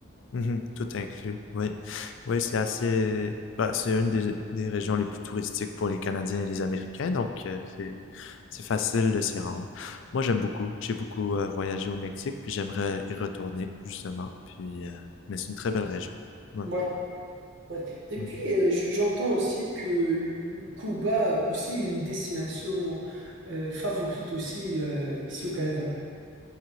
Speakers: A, on the left; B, on the right.
A: Mhm. Tout inclus, oui. Oui, c'est assez... Bah, c'est une des, des régions les plus touristiques pour les Canadiens et les Américains, donc euh, c'est c'est facile de s'y rendre. Moi, j'aime beaucoup. J'ai beaucoup euh, voyagé au Mexique, puis j'aimerais y retourner, justement. Puis, euh, mais c'est une très belle région. Ouais.
B: Ouais, ouais. Et
A: Mhm.
B: puis, euh, j- j'entends aussi que le Cuba aussi est une destination euh, favorite aussi euh, ici au Canada.